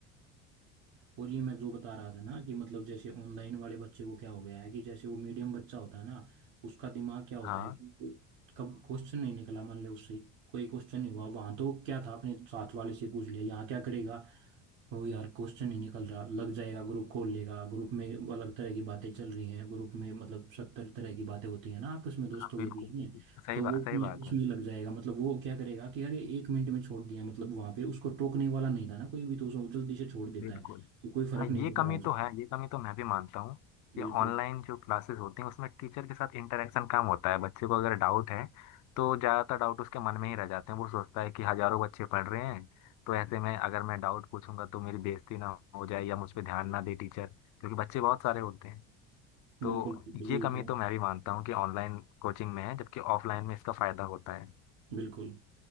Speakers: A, on the right (about 75°); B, on the left (about 55°).
A: और ये मैं जो बता रहा था ना कि मतलब जैसे ऑनलाइन वाले बच्चे को क्या हो गया है कि जैसे वो मीडियम बच्चा होता है ना उसका दिमाग क्या होता
B: हाँ
A: है कि कब क्वेश्चन नहीं निकला मान लो उससे कोई क्वेश्चन नहीं हुआ वहां तो क्या था अपने साथ वाले से पूछ लिया यहाँ क्या करेगा वो यार क्वेश्चन नहीं निकल रहा लग जाएगा ग्रुप खोल लेगा ग्रुप में अलग तरह की बातें चल रही हैं ग्रुप में मतलब सत्तर तरह की बातें होती हैं ना आपस में दोस्तों
B: हाँ बिल्कुल
A: के बीच में
B: बिल्कुल सही
A: तो वो
B: बात
A: उसमें
B: सही बात
A: उसमें
B: है
A: लग जाएगा मतलब वो क्या करेगा कि यार ये एक मिनट में छोड़ दिया मतलब वहां पे उसको टोकने वाला नहीं था ना कोई भी तो उसको जल्दी से छोड़ देता
B: बिल्कुल
A: है तो कोई फर्क
B: हाँ ये
A: नहीं पड़
B: कमी
A: रहा उसको
B: तो है ये कमी तो मैं भी मानता हूँ कि
A: बिल्कुल
B: ऑनलाइन जो क्लासेस होती हैं उसमें टीचर के साथ इंटरेक्शन कम होता है बच्चे को अगर डाउट है तो ज़्यादातर डाउट उसके मन में ही रह जाते हैं वो सोचता है कि हजारों बच्चे पढ़ रहे हैं तो ऐसे में अगर मैं डाउट पूछूंगा तो मेरी बेइज्जती ना हो जाए या मुझ पर ध्यान ना दे टीचर क्योंकि बच्चे बहुत सारे होते हैं
A: बिल्कुल
B: तो
A: बिल्कुल
B: ये
A: यही
B: कमी
A: था
B: तो मैं भी मानता हूँ कि ऑनलाइन कोचिंग में है जबकि ऑफलाइन में इसका फायदा होता है
A: बिल्कुल